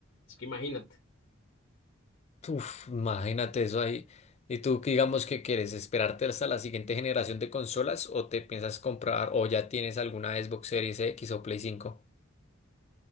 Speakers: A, on the left; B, on the left.
A: Así que imagínate.
B: Uf, imagínate eso ahí. ¿Y tú qué digamos que quieres? ¿Esperarte hasta la siguiente generación de consolas o te piensas comprar o ya tienes alguna Xbox Series X o Play cinco.